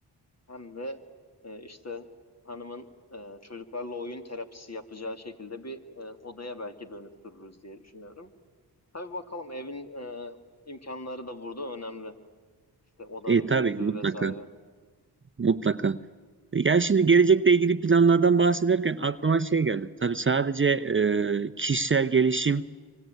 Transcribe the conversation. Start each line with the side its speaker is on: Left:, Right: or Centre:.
Left: hem de e, işte hanımın e, çocuklarla oyun terapisi yapacağı şekilde bir e, odaya belki dönüştürürüz diye düşünüyorum. Tabii bakalım evin e, imkanları da burada önemli. İşte odanın
Right: E, tabii
Left: büyüklüğü
Right: mutlaka.
Left: vesaire.
Right: Mutlaka. Yani şimdi gelecekle ilgili planlardan bahsederken aklıma şey geldi. Tabii sadece e, kişisel gelişim